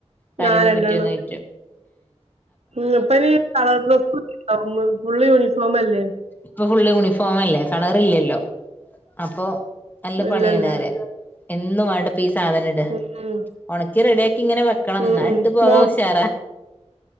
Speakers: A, on the left; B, on the right.
A: തലെന്നും
B: ആഹ് രണ്ടെണ്ണം
A: പിറ്റേന്നുമായിട്ട്
B: ഉം ഇഞ്‌പ്പം കളർ ഡ്രെസ്സ് <unintelligible> ഫുള്ള് യൂണിഫോമല്ലേ.
A: ഇപ്പൊ ഫുള്ള് യൂണിഫോമല്ലേ കളറില്ലല്ലോ അപ്പൊ നല്ല പണ്യാണ്
B: ഇല്ലല്ല
A: റ്യാ എന്നും വാണ്ടപ്പോ ഈ സാധന ഇ ടാ
B: ഉം ഉം
A: ഒണക്കി റെഡ്യാക്കി ങ്ങനെ വെക്കണം.
B: ഉം
A: എന്നാ
B: ഉം
A: ട്ട് പോവാൻ
B: മോ
A: ഉഷാറ.